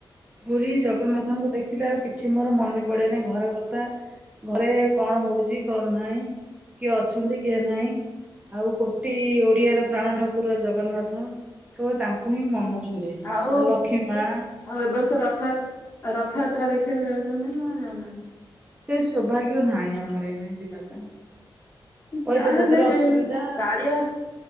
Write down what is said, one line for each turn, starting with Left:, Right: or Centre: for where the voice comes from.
Right: ପୁରୀ ଜଗନ୍ନାଥଙ୍କୁ ଦେଖିଲେ ଆଉ କିଛି କିଛି ମୋର ମନେ ପଡେନି ଘର କଥା ଘରେ କଣ ହଉଛି କଣ ନାହିଁ। କିଏ ଅଛନ୍ତି କିଏ ନାହିଁ। ଆଉ କୋଟି ଓଡିଆର ପ୍ରାଣ ଠାକୁର ଜଗନ୍ନାଥ କେବଳ ତାଙ୍କୁ ହିଁ ମନ ରେ ଆ
Left: ଆଉ
Right: ଲକ୍ଷ୍ମୀ ମା
Left: ଆଉ ଏ ବର୍ଷ ରଥ ରଥଯାତ୍ରା ଦେଖିବାକୁ ଯାଉଛନ୍ତି ନା ଯାଉନାହାନ୍ତି।
Right: ସେ ସୌଭାଗ୍ୟ ନାହିଁ ଆମର ଏନେ ଯିବା ପାଇଁ। ପଇସା
Left: ଯାହେଲେ
Right: ପତ୍ର ଅସୁବିଧା।
Left: କାଳିଆ